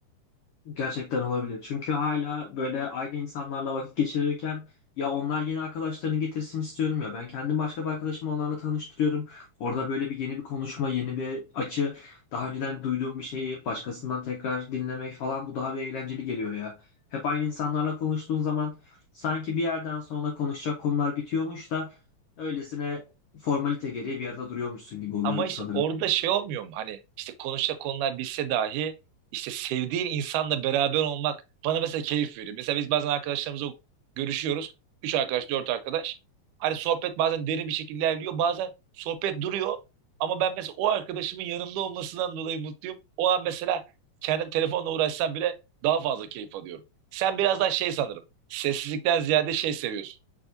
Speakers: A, on the left (about 80°); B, on the right (about 85°).
A: Gerçekten olabilir. Çünkü hala böyle aynı insanlarla vakit geçirirken ya onlar yeni arkadaşlarını getirsin istiyorum ya ben kendim başka bir arkadaşımı onlarla tanıştırıyorum. Orada böyle bir yeni bir konuşma, yeni bir açı, daha önceden duyduğum bir şeyi başkasından tekrar dinlemek falan bu daha bir eğlenceli geliyor ya. Hep aynı insanlarla konuştuğun zaman sanki bir yerden sonra konuşacak konular bitiyormuş da öylesine formalite gereği bir yerde duruyormuşsun gibi oluyor
B: Ama işte
A: sanırım.
B: orada şey olmuyor mu? Hani işte konuşacak konular bilse dahi işte sevdiğin insanla beraber olmak bana mesela keyif veriyor. Mesela biz bazen arkadaşlarımızla görüşüyoruz. Üç arkadaş, dört arkadaş. Hani sohbet bazen derin bir şekilde ilerliyor. Bazen sohbet duruyor. Ama ben mesela o arkadaşımın yanımda olmasından dolayı mutluyum. O an mesela kendim telefonla uğraşsam bile daha fazla keyif alıyorum. Sen biraz daha şey sanırım. Sessizlikten ziyade şey seviyorsun.